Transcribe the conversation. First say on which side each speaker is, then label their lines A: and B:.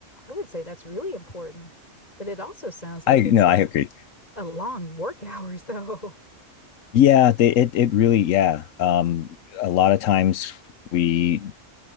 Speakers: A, on the left; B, on the left.
A: I would say that's really important. But it also sounds like
B: I
A: it's
B: no,
A: a,
B: I agree.
A: a long work hours though. <laughs>
B: Yeah, they, it it really yeah. Um, a lot of times we